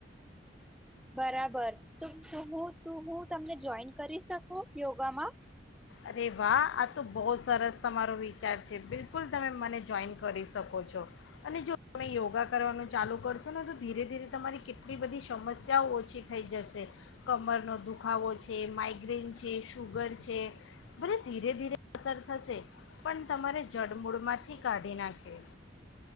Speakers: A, in the centre; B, on the left.
A: બરાબર, તુ તુ હું તુ હૂં તમને જોઈન કરી શકું યોગામાં?
B: અરે વાહ આ તો બોવ સરસ તમારો વિચાર છે. બિલકુલ તમે મને જોઈન કરી શકો છો અને જો તમે યોગા કરવાનું ચાલુ કરશો ને તો ધીરે ધીરે તમારી કેટલી બધી સમસ્યાઓ ઓછી થઈ જશે. કમરનો દુખાવો છે, માઇગ્રેન છે, શુગર છે. ભલે ધીરે ધીરે અસર થશે. પણ તમારે જડમૂળમાંથી કાઢી નાખે.